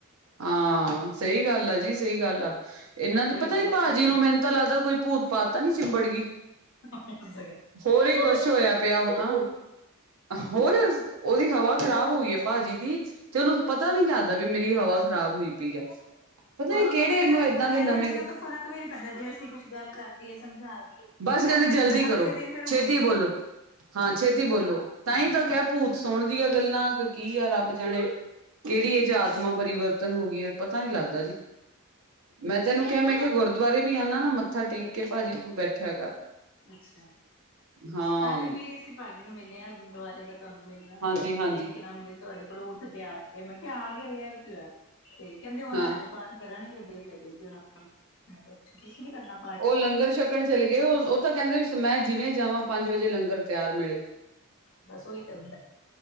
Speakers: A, on the right; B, on the left.
A: ਹਾਂ ਸਹੀ ਗੱਲ ਆ ਜੀ ਸਹੀ ਗੱਲ ਆ ਇਹਨਾਂ ਦੀ
B: ਬੜੀ
A: ਪਤਾ
B: ਬਹਿਸ
A: ਨੀ ਭਾਜੀੀ
B: ਕੀਤੀ
A: ਨੂੰ ਮੈਨੂੰ। ਲੱਗਦਾ ਕੋਈ ਭੂਤ ਪਾਤ ਤਾਂ ਨੀ ਚਿੰਬੜ ਗਈ।
B: <unintelligible>
A: ਹੋਰ ਹੀ ਕੁਛ ਹੋਇਆ ਪਿਆ ਉਹ ਤਾਂ ਹੋਰ ਉਹਦੀ ਹਵਾ ਖ਼ਰਾਬ ਹੋਈ। ਭਾਜੀ ਦੀ ਤੇ ਉਹਨੂੰ ਪਤਾ। <inaudible> ਮੇਰੀ ਹਵਾ ਖਰਾਬ ਹੋਈ ਪਈ ਆ ਪਤਾ
B: ਔਰ
A: ਨੀ
B: ਉਹਨੂੰ
A: ਕਿਹੜੇ ਨੂੰ ਏਦਾਂ
B: ਇਹਨਾਂ
A: ਦੇ ਨਵੇਂ।
B: ਗੱਲਾਂ ਤੋਂ ਫ਼ਰਕ ਜੇ ਅਸੀਂ ਕੁਛ ਗੱਲ ਕਰਦੀਏ ਸਮਝਾ ਦੀਏ।
A: ਬਸ ਕਹਿੰਦੇ
B: ਉਹ ਫਿਰ
A: ਜਲਦੀ ਕਰੋ
B: ਅਗਲੇ ਦਿਨ ਫਿਰ ਹੋਵੇ
A: ਛੇਤੀ ਬੋਲੋ ਹਾਂ ਛੇਤੀ ਬੋਲੋ
B: ਹਾਂ
A: ਤਾਂ
B: ਹਾਂਜੀ
A: ਹੀ ਤੇ ਕਿਆ ਭੂਤ। ਸੁਣਦੀਆਂ ਗੱਲਾਂ ਕੀ ਆ ਰੱਬ ਜਾਣੇ। ਕਿਹੜੀ ਇਹ ਚ ਆਤਮਾ ਪਰਿਵਰਤਨ ਹੋ ਗਈ ਹੈ ਪਤਾ ਨੀ ਲੱਗਦਾ ਜੀ। ਮੈਂ ਤੇ ਐਨੂੰ ਕਿਹਾ ਮੈਂ ਕਿਹਾ ਗੁਰਦੁਆਰੇ ਵੀ ਆਉਂਦਾ ਨਾ ਮੱਥਾ ਟੇਕ ਕੇ ਭਾਜੀ ਕੋਲ ਬੈਠਿਆ ਕਰ।
B: ਅੱਛਾ
A: ਹਾਂ
B: ਕੱਲ ਵੀ ਅਸੀਂ ਭਾਜੀ ਨੂੰ ਮਿਲੇ ਹਾ ਗੁਰਦੁਆਰੇ ਦਾ। ਤੁਹਾਨੂੰ ਮਿਲਿਆ
A: ਹਾਂਜੀ ਹਾਂਜੀ
B: ਤੇ ਇਕ ਦਮ ਵੀ ਤੁਹਾਡੇ ਕੋਲੋਂ ਉੱਠਕੇ ਆ ਗਿਆ ਤੇ ਮੈਂ ਕਿਆ ਆ ਗਿਆ ਤੇ ਫ਼ਿਰ ਕੀ ਹੋਆ। ਤੇ ਕਹਿੰਦੇ ਉਹ
A: ਹਾਂ
B: ਨਾ ਐੰਜ ਪਾਠ ਕਰਨਗੇ ਦੇਰ ਲੱਗੇਗੀ ਮੈਂ ਕਿਆ ਅਛਾ ਤੁਸੀਂ ਨੀ ਕਰਨਾ ਪਾਠ।
A: ਉਹ ਲੰਗਰ ਛਕਣ ਚਲੇ ਗਏ ਉਹ ਉਹ ਤਾਂ ਕਹਿੰਦੇ ਮੈਂ ਜਿਵੇਂ ਜਾਵਾਂ ਪੰਜ ਵਜੇ ਲੰਗਰ ਤਿਆਰ ਮਿਲੇ।
B: ਬਸ ਉਹੀ ਤੇ ਹੁੰਦਾ।